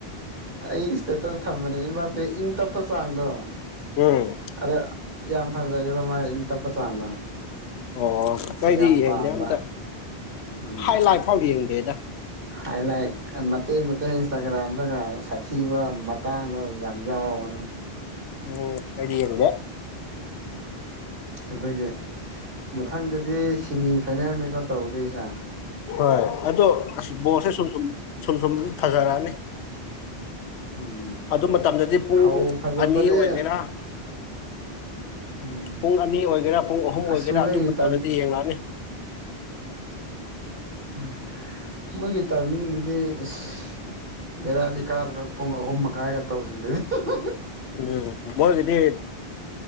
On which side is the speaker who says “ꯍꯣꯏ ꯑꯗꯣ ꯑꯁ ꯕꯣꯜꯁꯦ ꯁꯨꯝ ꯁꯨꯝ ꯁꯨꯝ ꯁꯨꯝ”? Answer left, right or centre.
Left